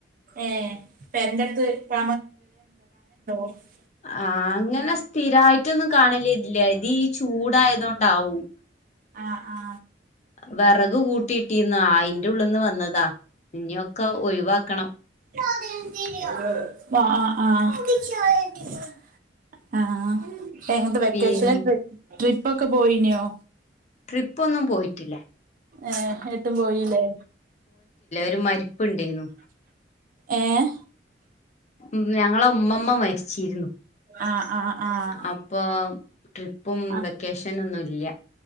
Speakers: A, on the right; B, on the left.
A: ഏ പേരിൻ്റെ അടുത്ത <unintelligible>
B: ആ അങ്ങനെ സ്ഥിരായിട്ടൊന്നും കാണല് ല്ല ഇത് ഈ ചൂടായതോണ്ടാവും
A: ആഹ് ആ
B: വെറക് കൂട്ടിയിട്ടിന്ന് ആയിന്റ് ഉള്ളിന്ന് വന്നതാ ഇഞ്ഞൊക്കെ ഒയിവാക്കണം
A: അ ആ ഹ് ആഹ് <inaudible> ആഹ് വെക്കേഷനാൽ
B: പിൻ
A: ട്രൈ ട്രിപ്പ് ഒക്കെ പോയിനിയോ
B: ട്രിപ്പ് ഒന്നും പോയിട്ടില്ല
A: ഏ ഏട്ടും പോയില്ലേ
B: രു മരിപ്പ് ണ്ടേയിരുന്നു
A: ഏഹ്
B: ഉം ഞങ്ങള ഉമ്മമ്മ മരിചീർന്നു
A: ആഹ് ആഹ് ആഹ്
B: അപ്പൊ ട്രിപ്പും
A: ആഹ്
B: വെക്കേഷന് ന്നും ല്ല ഇല്ല